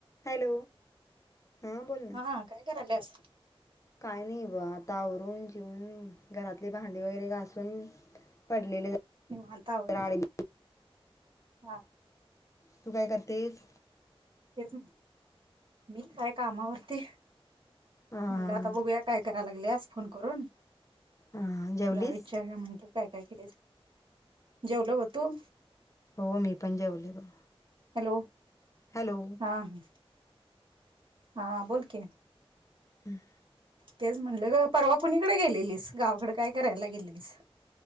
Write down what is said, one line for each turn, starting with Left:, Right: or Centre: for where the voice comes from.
Left: Hello हां बोल ना
Right: हा काय करायल्यास
Left: काय नही ब आ ता आवरून जेवून घरातली भांडी वगैरे घासून पडलेले
Right: निवांत
Left: जरा
Right: आवर
Left: आडवी
Right: हां
Left: तू काय करतेस?
Right: तेच मी हाय कामावरती
Left: हां
Right: म्हणलं आता बघूया काय कराय लागल्यास फोन करून,
Left: हां जेवलीस
Right: जरा विचारूया म्हटलं काय काय केलेस जेवलो बघ तू?
Left: हो मी पण जेवले बघ
Right: हॅलो
Left: हॅलो
Right: हां हा बोल की
Left: <unintelligible>
Right: तेच म्हणलं ग परवा कुणी कड गेलेलीस गावकड काय करायला गेलेलीस?